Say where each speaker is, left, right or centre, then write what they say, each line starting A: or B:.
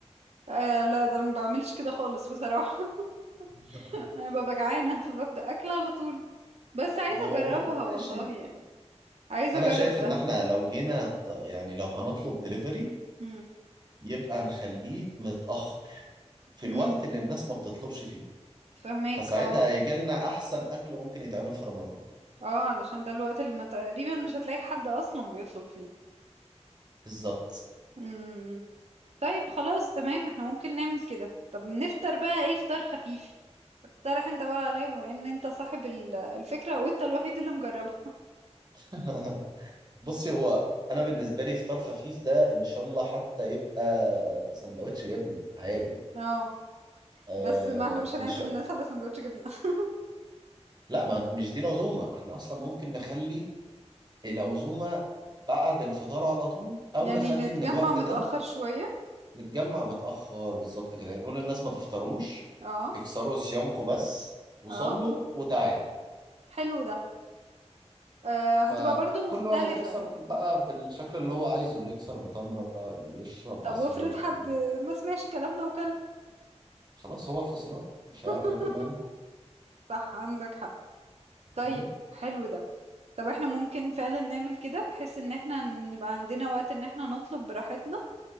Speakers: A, on the right (about 65°); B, on the right (about 35°).
A: آه لا ده انا ما بعملش كده خالص بصراحة
B: <laughs>
A: <laughs> انا ببقى جعانة فببدأ اكل على طول بس عايزة
B: ما هو
A: اجربها
B: ماشي
A: والله يعني عايزة
B: انا
A: اجرب
B: شايف
A: ده
B: ان احنا لو جينا ط- يعني لو هنطلب دليفري
A: امم
B: يبقى نخليه متاخر في
A: امم
B: الوقت اللي الناس ما بتطلبش فيه
A: فهماك
B: فساعتها
A: اه
B: هيجي لنا احسن اكل ممكن يتعمل في رمضان
A: اه علشان ده الوقت اللي ما تقريبا مش هتلاقي حد اصلا بيطلب فيه
B: بالظبط
A: امم طيب خلاص تمام احنا ممكن نعمل كده طب نفطر بقى ايه فطار خفيف اقترح انت بقى عليا بما ان انت صاحب ال- الفكرة وانت الوحيد اللي مجربها
B: <laughs> بصي هو انا بالنسبه لي فطار خفيف ده ان شاء الله حتى يبقى سندوتش جبنه عادي
A: <laughs> اه
B: آه
A: بس ما احنا مش هنعزم
B: ان شاء
A: الناس على سندوتش جبنة <laughs>
B: لا ما ده مش دي العزومه احنا اصلا ممكن نخلي العزومه
A: م-
B: بعد الفطار على طول او
A: يعني
B: نخلي
A: نتجمع
B: ان الوقت
A: متأخر
B: ده
A: شوية
B: نتجمع متاخر بالظبط كده يعني نقول للناس ما تفطروش
A: اه
B: اكسروا صيامكم بس وصلوا
A: اه
B: وتعالوا
A: حلو ده آه هتبقى
B: فكل
A: برضو مختلفة
B: واحد يكسر
A: يعني
B: بقى بالشكل اللي هو عايزه اللي يكسر بتمره اللي يشرب
A: طب
B: عصير
A: وافرض
B: اللي...
A: حد ما سمعش كلامنا وكل
B: خلاص هو الخسران مش
A: <laughs>
B: هيعرف ياكل معانا
A: صح عندك حق طيب
B: مم.
A: حلو ده طب احنا ممكن فعلا نعمل كده بحيث ان احنا يبقى عندنا وقت ان احنا نطلب براحتنا